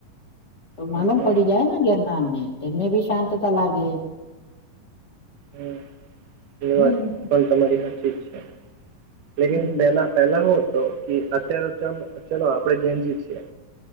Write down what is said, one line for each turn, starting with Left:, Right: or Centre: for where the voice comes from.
Left: તો
Right: હમ,
Left: માલુમ
Right: હમ.
Left: પડી જાય ગિરનારને તેમને બી શાંતતા લાગે.
Right: હમ, એ
Left: હમ
Right: વાત પણ તમારી હાચીત છે. લેકન
Left: હમ
Right: પેલા પેલા હ તો કે અત્યારે ચલો આપડે ગેંજી છીએ.